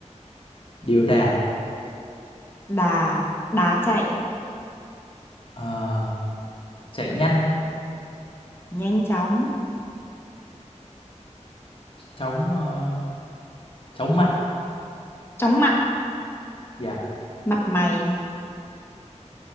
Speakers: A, on the left; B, on the left.
A: điều đà
B: Đà, đà chạy.
A: Ờ, chạy nhanh
B: Nhanh chóng.
A: chóng ờ, chóng mặt
B: Chóng mặt.
A: dạ
B: Mặt mày.